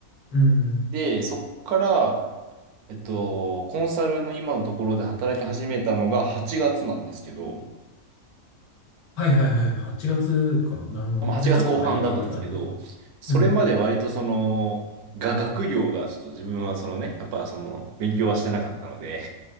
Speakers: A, on the left; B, on the right.
A: うん。
B: で、そっから、えっと、コンサルの今のところで働き始めたのが8月なんですけど、
A: はいはいはい。8月か。なるほどね。
B: まあ、8月後半だったんですけど、
A: じゃあ、ちょっと空いてって感じか。
B: それまで割とその、
A: うん。
B: が、学業がちょっと自分はそのね、やっぱその、勉強はしてなかったので、